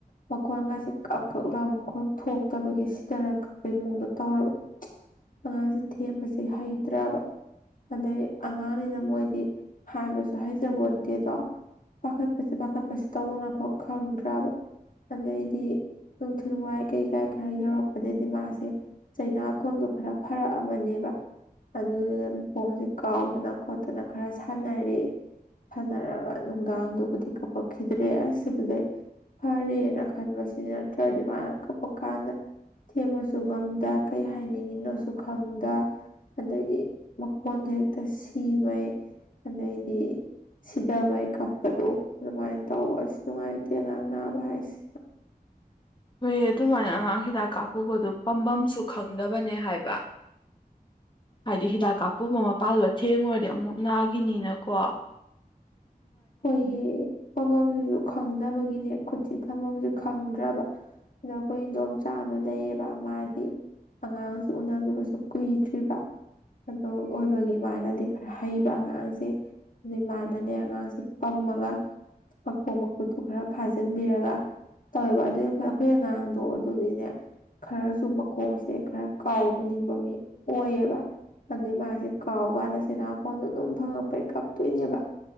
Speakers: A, on the left (about 60°); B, on the left (about 30°).
A: ꯃꯈꯣꯟꯒꯥꯁꯦ ꯀꯛ ꯀꯛ ꯂꯥꯎ ꯃꯈꯣꯟ ꯊꯣꯛꯇꯕꯒꯤ ꯁꯤꯊꯔ ꯀꯛꯄꯩ ꯃꯑꯣꯡꯗꯣ ꯇꯧꯔꯕ ꯑꯉꯥꯡꯁꯦ ꯊꯦꯝꯕꯁꯦ ꯍꯩꯇ꯭ꯔꯕ ꯑꯗꯩ ꯑꯉꯥꯡꯅꯤꯅ ꯃꯣꯏꯗꯤ ꯍꯥꯏꯕꯁꯨ ꯍꯩꯖꯕꯣꯟ ꯇꯦꯗꯣ ꯄꯥꯈꯠꯄꯁꯦ ꯄꯥꯈꯠꯄꯁꯦ ꯇꯧꯚꯝ ꯂꯥꯛꯐꯝ ꯈꯪꯗ꯭ꯔꯕ ꯑꯗꯩꯗꯤ ꯅꯨꯡꯊꯤꯜ ꯋꯥꯏ ꯀꯩꯀꯥꯏ ꯈꯔ ꯌꯧꯔꯛꯄꯗꯩꯗꯤ ꯃꯥꯁꯦ ꯆꯩꯅꯥꯀꯣꯟꯗꯣ ꯈꯔ ꯐꯔꯛ ꯑꯝꯃꯅꯦꯕ ꯑꯗꯨꯅ ꯃꯈꯣꯡꯁꯦ ꯀꯥꯎꯗꯅ ꯈꯣꯠꯇꯅ ꯈꯔ ꯁꯥꯟꯅꯔꯦ ꯁꯥꯟꯅꯔꯒ ꯅꯨꯡꯗꯥꯡꯗꯨꯕꯨꯗꯤ ꯀꯞꯄꯛꯈꯤꯗ꯭ꯔꯦ ꯑꯁ ꯑꯗꯨꯗ ꯐꯔꯦꯅ ꯈꯪꯕꯁꯤ ꯅꯠꯇ꯭ꯔꯗꯤ ꯃꯥꯅ ꯀꯞꯄꯀꯥꯟꯗ ꯊꯦꯝꯕꯁꯨ ꯉꯝꯗ ꯀꯩ ꯍꯥꯏꯅꯤꯡ ꯃꯤꯅꯣꯁꯨ ꯈꯪꯗ ꯑꯗꯩꯗꯒꯤ ꯃꯈꯣꯟꯗꯣ ꯍꯦꯛꯇ ꯁꯤꯃꯩ ꯑꯗꯩꯗꯤ ꯁꯤꯗ ꯃꯩ ꯀꯞꯄꯗꯣ ꯑꯗꯨꯃꯥꯏꯅ ꯇꯧꯕ ꯑꯁ ꯅꯨꯡꯉꯥꯏꯇꯦ ꯑꯥꯡ ꯅꯥꯕ ꯍꯥꯏꯁꯤ
B: ꯍꯣꯏ ꯑꯗꯨꯃꯥꯏꯅ ꯑꯉꯥꯡ ꯍꯤꯗꯥꯛ ꯀꯥꯞꯄꯨꯕꯗꯣ ꯄꯥꯝꯕꯝꯁꯨ ꯈꯪꯗꯕꯅꯦ ꯍꯥꯏꯕ ꯍꯥꯏꯗꯤ ꯍꯤꯗꯥꯛ ꯀꯥꯞꯄꯨꯕ ꯃꯄꯥꯗꯣ ꯊꯦꯡꯉꯨꯔꯗꯤ ꯑꯃꯨꯛ ꯅꯥꯘꯤꯅꯤꯅꯀꯣ
A: ꯍꯣꯏꯌꯦ ꯃꯃꯝꯗꯁꯨ ꯈꯪꯅꯕꯒꯤꯅꯦ ꯈꯨꯠ ꯊꯝꯕꯝꯁꯦ ꯈꯪꯗ꯭ꯔꯕ ꯑꯗꯣ ꯑꯩꯈꯣꯏ ꯏꯗꯣꯝꯆꯥ ꯑꯃ ꯂꯩꯌꯦꯕ ꯃꯥꯗꯤ ꯑꯉꯥꯡꯁꯨ ꯎꯅꯈꯤꯕꯁꯨ ꯀꯨꯏꯗ꯭ꯔꯤꯕ ꯑꯗꯨ ꯑꯣꯏꯕꯒꯤ ꯃꯥꯅꯗꯤ ꯈꯔ ꯍꯩꯕ ꯑꯉꯥꯡꯁꯦ ꯑꯗꯩ ꯃꯥꯅꯅꯦ ꯑꯉꯥꯡꯁꯦ ꯄꯝꯃꯒ ꯃꯈꯣꯡ ꯃꯈꯨꯠꯇꯨ ꯈꯔ ꯐꯥꯖꯤꯟꯕꯤꯔꯒ ꯇꯧꯋꯦꯕ ꯑꯗꯨ ꯑꯩꯈꯣꯏ ꯑꯩꯈꯣꯏ ꯑꯉꯥꯡꯗꯣ ꯑꯗꯨꯗꯤꯅꯦ ꯈꯔꯁꯨ ꯃꯈꯣꯡꯁꯦ ꯈꯔ ꯀꯥꯎꯅꯤꯡꯕ ꯃꯤ ꯑꯣꯏꯌꯦꯕ ꯑꯗꯨꯩ ꯃꯥꯁꯦ ꯀꯥꯎꯀꯥꯟꯗ ꯆꯩꯅꯥꯈꯣꯟꯗꯣ ꯑꯗꯨꯝ ꯐꯪꯉꯛꯄꯩ ꯀꯥꯞꯇꯣꯏꯅꯦꯕ